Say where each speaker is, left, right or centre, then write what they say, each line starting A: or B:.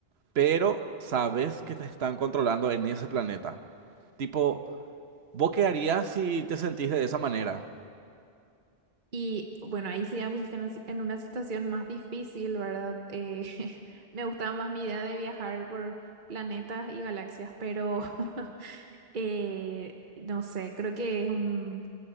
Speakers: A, on the right; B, on the right.
A: pero sabes que te están controlando en ese planeta. Tipo... ¿Vos qué harías si te sentís de esa manera?
B: Y bueno, ahí sí ya me pusiste en, una si- en una situación más difícil, ¿verdad? Eh, <laughs> me gustaba más mi idea de viajar por planetas y galaxias, pero <laughs> eh, no sé, creo que es un,